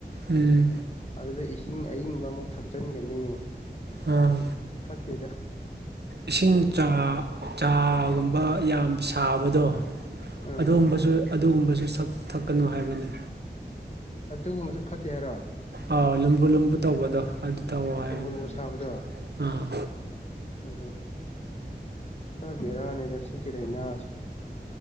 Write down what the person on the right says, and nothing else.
ꯎꯝ
ꯎꯝ
ꯏꯁꯤꯡ ꯆ ꯆꯥꯒꯨꯝꯕ ꯌꯥꯝ ꯁꯥꯕꯗꯣ
ꯑꯗꯨꯒ ꯑꯗꯨꯒꯨꯝꯕꯁꯨꯛ ꯊꯛꯀꯅꯨ ꯍꯥꯏꯕꯅꯤ
ꯑꯥꯎ ꯂꯨꯝꯕꯨ ꯂꯨꯝꯕꯨ ꯇꯧꯕꯗꯣ ꯑꯗꯨ ꯇꯧꯋꯣ ꯍꯥꯏꯕꯅꯤ
ꯑꯥ